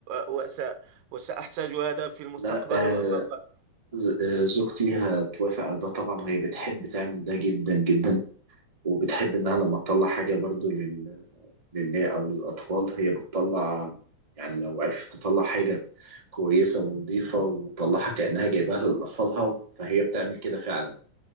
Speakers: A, on the right; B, on the right.
A: وس... وسأحتاج هذا في المستقبل
B: لا آه،
A: و... و... و-"
B: ز- آه، زوجتي هتوافق على ده طبعا وهي بتحب تعمل ده جدا جدا وبتحب انها لما تطلع حاجه برضو لل... للناس او للاطفال هي بتطلع يعني لو عرفت تطلع حاجه كويسه ونظيفه وتطلعها كانها جايباها لاطفالها فهي بتعمل كده فعلا